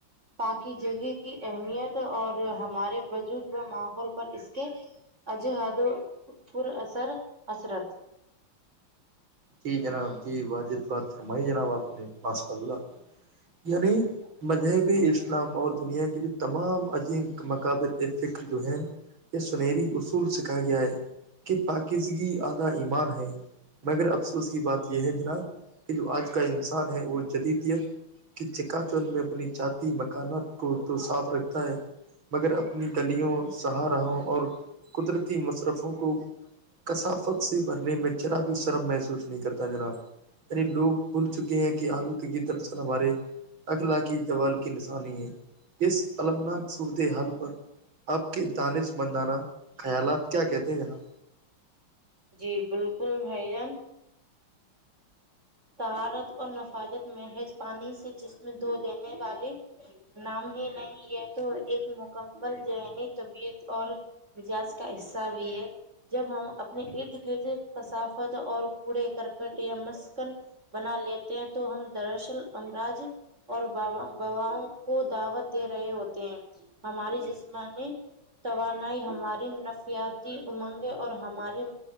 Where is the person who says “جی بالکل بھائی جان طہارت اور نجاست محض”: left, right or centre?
Right